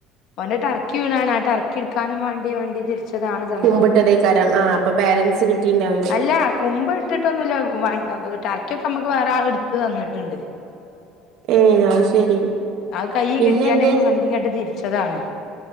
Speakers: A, on the left (about 60°); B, on the right (about 60°).
A: ഓൻ ടർക്കി വീണാണ് ആ ടർക്കി ഇടുക്കാനും വണ്ടി വണ്ടി തിരിച്ചതാണ് സംഭവം
B: കുമ്പിട്ടതേക്കാരം ആഹ് അപ്പൊ ബാലൻസ് കിട്ടിണ്ടാവൂല
A: അല്ല കുമ്പ് ഇട്ടിട്ടൊന്നുമല്ല ക്കെ നമുക്ക് വേറെ ആൾ എടുത്ത് തന്നിട്ടുണ്ട്
B: ഏഹ് അത് ശെരി
A: ആ കൈ
B: പിന്നെന്തേ
A: കിട്ടിയാൽ നമ്മള് വണ്ടി ഇങ്ങട്ട് തിരിച്ചതാണ്